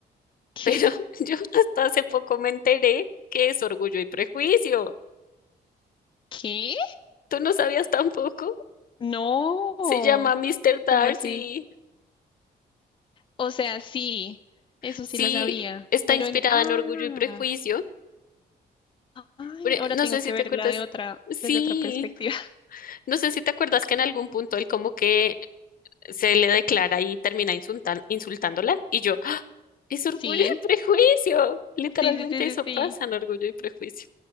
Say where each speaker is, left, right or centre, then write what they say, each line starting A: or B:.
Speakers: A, on the left (about 30°); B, on the left (about 55°).
A: ¿Qué?
B: pero <laughs> yo hasta hace poco me enteré que es Orgullo y Prejuicio.
A: ¿Qué?
B: ¿Tú no sabías tampoco?
A: No.
B: Se llama Mr. Darcy.
A: ¿Cómo así? O sea, sí, eso
B: Sí,
A: sí lo sabía.
B: está
A: Pero
B: inspirada
A: en... Ah,
B: en Orgullo y Prejuicio.
A: ay,
B: Pero
A: ahora
B: No
A: tengo
B: sé
A: que
B: si te
A: verla
B: acuerdas.
A: de otra,
B: Sí,
A: desde otra perspectiva. <laughs>
B: no sé si te acuerdas que en algún punto él como que se le declara y termina insultan- insultándola. Y yo, ¡Ah! es orgullo
A: Sí,
B: y prejuicio. Literalmente
A: sí, sí, sí, sí,
B: eso
A: sí.
B: pasa en orgullo y prejuicio.